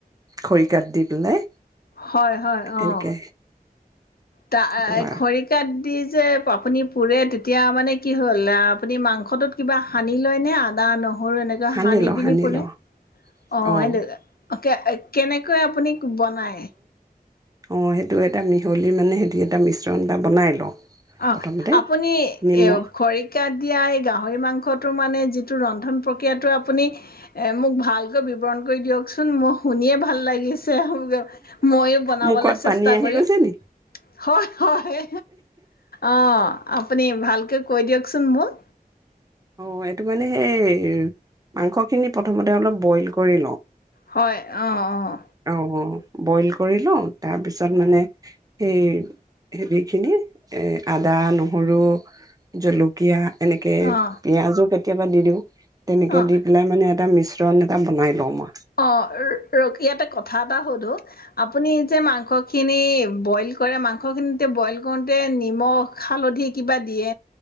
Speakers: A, on the right; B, on the left.
A: খৰি কাত দি পেলাই।
B: হয় হয়
A: এনেকে
B: অহ। তা
A: সেইটো আৰু
B: খৰিকাত দি যে আপুনি পুৰে তেতিয়া মানে কি হ'ল আপুনি মাংসটোত কিবা সানি লয় নে আদা নহ সৰু এনেকা
A: সানি
B: হানি
A: লওঁ,
B: পিনি
A: সানি
B: পুৰে
A: লওঁ
B: অহ
A: অ',
B: কেনেকৈ আপুনি বনায়?
A: অহ সেইটো এটা মিহলি মানে সেইটো এটা মিশ্ৰণ এটা বনাই লওঁ।
B: অহ
A: প্ৰথমতে
B: আপুনি
A: নিমখ
B: এ খৰিকাত দিয়া এই গাহৰি মাংসটো মানে যিটো ৰন্ধন প্ৰক্ৰিয়াটো আপুনি মোক ভালকৈ বিৱৰণ কৰি দিয়কচোন মোৰ শুনিয়ে ভাল লাগিছে। ময়ো বনাবলৈ
A: মুখত
B: চেষ্টা
A: পানী আহি
B: কৰিম
A: গৈছে নি?
B: হয়। হয়। অহ। অহ আপুনি ভালকৈ কৈ দিয়কচোন মোক।
A: অহ এইটো মানে সেই মাংসখিনি প্ৰথমতে অলপ বইল কৰি লওঁ।
B: হয় অহ অহ।
A: অ', বইল কৰি লওঁ তাৰপিছত মানে সেই হেৰিখিনি আদা নহৰু জলকীয়া এনেকে
B: অঁ অঁ
A: পিয়াজো কেতিয়াবা দি দিওঁ। তেনেকে
B: অঁ
A: দি পেলাই মানে এটা মিশ্ৰণ এটা বনাই লওঁ মই।
B: অহ ৰ ইয়াতে কথা এটা সোধো আপুনি যে মাংস খিনি বইল কৰি মাংস খিনি বইল কৰোতে নিমখ হালধি কিবা দিয়ে